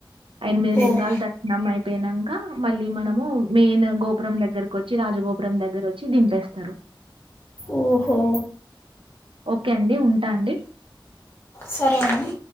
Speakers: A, on the right; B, on the left.
A: ఎనిమిది లింగాలు
B: ఓహ్!
A: దర్శనం అయిపోయినాక మళ్ళీ మనము మెయిన్ గోపురం దగ్గరకు వచ్చి రాజగోపురం దగ్గర వచ్చి దింపేస్తారు
B: ఓహో
A: ఓకే అండి ఉంటా అండి
B: సరే అండి